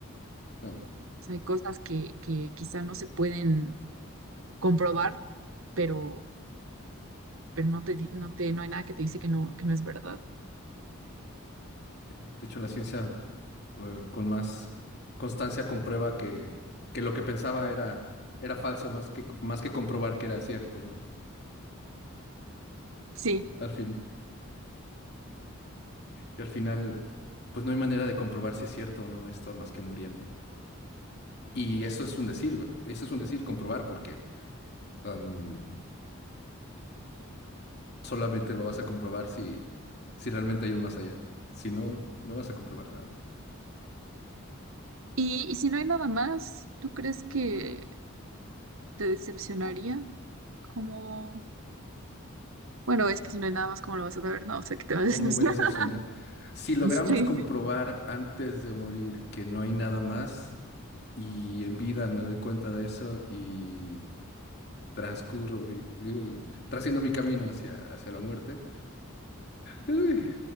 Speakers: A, on the left (about 50°); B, on the right (about 70°).
A: ¿no?
B: sea, hay cosas que, que quizá no se pueden comprobar, pero pero no te, di- no te, no hay nada que te dice que no, que no es verdad.
A: De hecho, la ciencia eh, con más constancia comprueba que, que lo que pensaba era, era falso, más que, más que comprobar que era cierto, ¿no?
B: Sí.
A: Al fin. Y al final, pues no hay manera de comprobar si es cierto o no esto más que muriendo. Y eso es un decir, güey. Eso es un decir comprobar, porque am, solamente lo vas a comprobar si, si realmente hay un más allá. Si no, no vas a comprobar nada.
B: Y, y si no hay nada más, ¿tú crees que te decepcionaría? Como, bueno, es que si no hay nada más, ¿cómo lo vas a saber? No, o sea, que te va a decepcionar.
A: ¿Cómo me voy a decepcionar?
B: <laughs>
A: Si logramos
B: Sí,
A: comprobar antes de morir que no hay nada más, Y en vida me doy cuenta de eso y transcurro, vi- digo, trasciendo mi camino hacia, hacia la muerte. Uy,